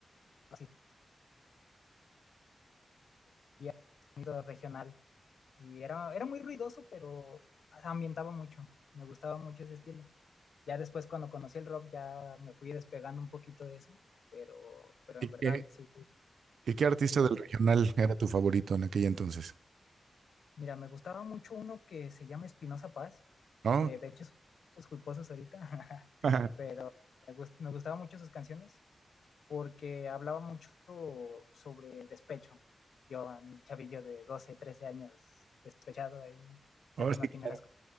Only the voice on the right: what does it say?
¿Y
qué,
y qué artista
del regional era tu favorito en aquel entonces?
¿No?
<laughs>
Oh,
sí,
claro.